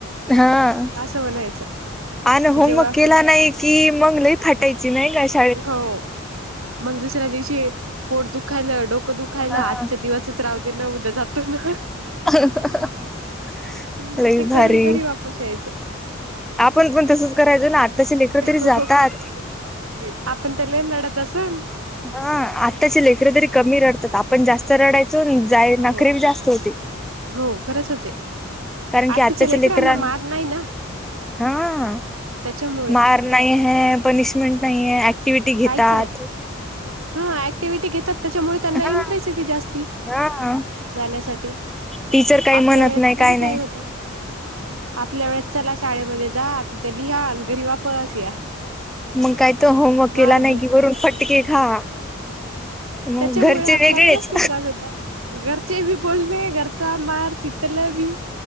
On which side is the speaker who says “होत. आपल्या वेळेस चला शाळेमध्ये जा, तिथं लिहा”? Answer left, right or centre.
Right